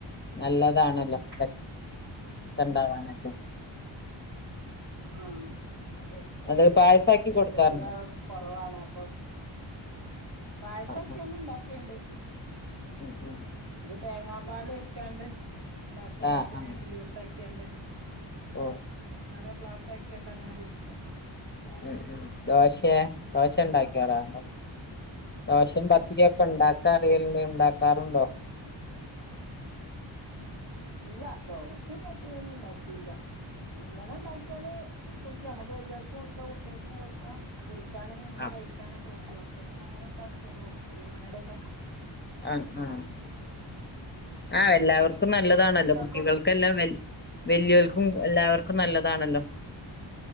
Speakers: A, on the left; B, on the right.
A: നല്ലതാണല്ലോ
B: ഉം
A: രക്തണ്ടാവാനൊക്കെ
B: ആ രക്തം
A: അത് പായസാക്കി
B: രക്തത്തിന്റളവ്
A: കൊടുക്കാറുണ്ടോ
B: കൊറവാണ് അപ്പം പായസൊക്കെയന്ന്
A: ആ ആ
B: ണ്ടാക്കെണ്ട്
A: ഉം ഉം
B: തേങ്ങാ പാൽ വെച്ചാണ്ട് ണ്ടാക്കും
A: ആ
B: കൊർച്
A: ആ
B: നീട്ടി ലൂസാക്ക്യാണ്ട്.
A: ഓ
B: ന്നോരോ ക്ലാസാക്ക്യാണ്ടങ്ങനെ കുട്ച്ചും
A: ഉം ഉം ദോശേ ദോശണ്ടാക്കി രാറുണ്ടോ ദോഷിം പത്തിര്യോക്കെ ണ്ടാക്കാ അറിയൽ ല്ലേ ണ്ടാക്കാറുണ്ടോ
B: ല്ല ദോഷിം പത്തിര്യോന്നും ണ്ടാക്കില്ല ങ്ങനെ ണ്ടാക്കിയാല് കുടിക്കാം നമുക്ക് വല്ല്യോൽക്കും കൊട്ക്കാം കുട്ട്യാൾക്കും കൊട്ക്കാം കുടി ക്കാനും ങ്ങനെ
A: ആ
B: കഴിക്കാനൊക്കെ പറ്റും അപ്പൊ പിന്നങ്ങനെ ണ്ടാക്ക്യാണ്ട് കൊട്ക്കും വൈകുന്നേരൊക്കെ
A: ആ ഹാ ആ എല്ലാവർക്കും നല്ലതാണല്ലോ
B: ചെറിയ മക്കൾക്ക്
A: കുട്ടികൾക്കെല്ലാം
B: കൊടുക്കും
A: വൽ വല്ല്യോർക്കും എല്ലാവർക്കും നല്ലതാണല്ലോ